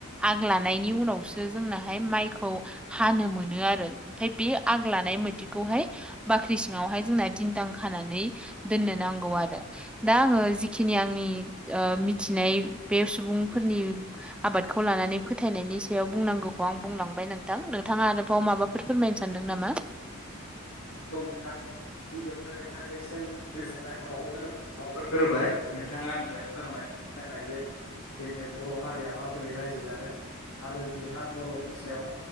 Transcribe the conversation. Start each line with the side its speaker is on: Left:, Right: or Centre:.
Centre: आग लानायनि उनावसो जोंनाहाय माइखौ हानो मोनो आरो ओमफाय बे आग लानाय मोथि खौहाय बाख्रि सिङावहाय जोंना दिनदां खानानै दोननो नांगौ आरो। दा आङो जिखिनि आंनि मिथिनाय बे सुबुंफोरनि आबादखौ लानानै फोथायनायनि सायाव बुंनांगौखौ आं बुंलांबाय नोंथां नोंथाङा आरोबाव माबा बे फोरमायनो सानदों नामा?
Left: औ नोंथां गिबियावनो नोंथांनिसिम गोजोननाय बावहगोर बावहरग्रोबाय नोंथाङा आंनो फोरमायनायनि थाखाय जे जोंनि बर' हारिया माबोरै रायजो जादों। आरो बेहा बर'नि सायाव